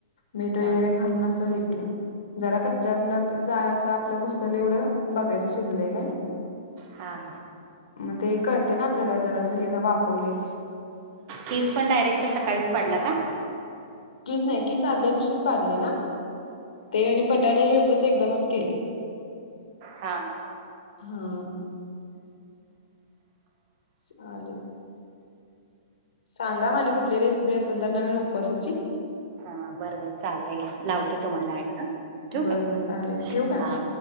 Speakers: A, on the left; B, on the right.
A: मीठ वगैरे
B: हा
A: घालून असं हे केलं. जरा कच्चा जा असं आपलं घुसलं एवढं बघायचं शिजलंय काय
B: हां हां
A: म ते कळतय ना आपल्याला जरासं हे वाफवलय ते
B: कीस पण डायरेक्ट सकाळीच पाडला का
A: कीस नाही कीस आदल्या दिवशीच पाडलेला ते आणि बटाटे वेफर्स एकदमच केले.
B: हा
A: हा चालेल सांगा म आणि कुठली रेसिपी असेल तर नवीन उपवासाची
B: हा बरं बर चालतं घ्या लावते तुम्हाला आणि हा ठेउ
A: बरं
B: काय
A: बर चालेल ठेवू का?
B: हा